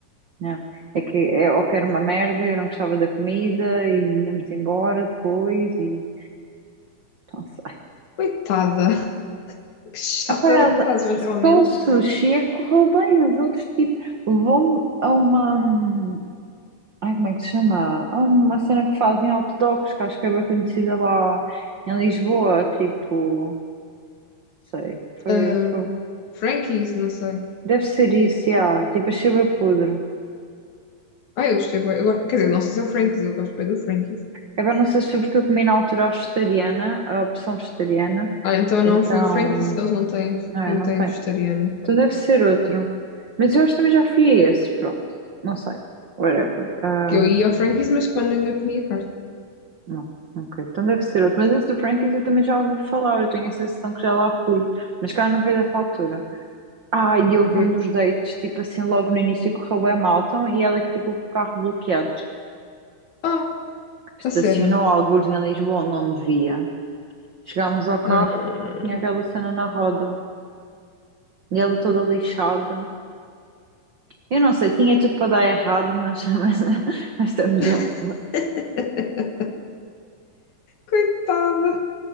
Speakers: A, on the right; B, on the left.
A: Não. É que é, ou que era uma merda, eu não gostava da comida e íamos embora depois e não sei.
B: Coitada! que chata
A: Epá,
B: do caralho, realmente.
A: só o sushi é que correu bem, os outros tipo levou-me a uma hum, ai, como é que se chama? A uma cena que fazem hot dogs, que acho que é bem conhecida lá em Lisboa, tipo, não sei, foi,
B: Ah,
A: foi.
B: Frankies, não sei.
A: Deve ser isso, já. Tipo, achei bem podre.
B: Ah, eu gostei bem. Eu gosto, quer dizer, não sei se é o Frankies, eu gosto bem do Frankies.
A: É bem não sei se foi porque eu comi na altura a vegetariana, a opção vegetariana,
B: Ah, então
A: então.
B: não foi o Frankies que eles não têm,
A: Não,
B: não
A: eu não
B: têm
A: tenho.
B: vegetariano.
A: Então deve ser outro. Mas eu acho que também já fui a esse. Pronto. Não sei. Whatever. Ahm,
B: Que eu ia ao Frankies, mas quando ainda comia carne.
A: não. Ok. Então deve ser outro. Mas esse do Frankie's eu também já ouvi falar. Eu tenho a sensação que já lá fui. Mas cara, não veio dessa altura. Ah, e houve
B: Hum.
A: um dos dates, tipo assim, logo no início correu bem mal. Então, e ela é que ficou com o carro bloqueado.
B: Ah,
A: Estacionou
B: a sério.
A: algures em Lisboa onde não devia. Chegámos ao carro.
B: Ah.
A: Tinha aquela cena na roda. E ela toda lixada. Eu não sei, tinha tudo para dar errado, mas, <laughs> mas, mas estamos
B: <laughs>
A: juntos.
B: Coitada.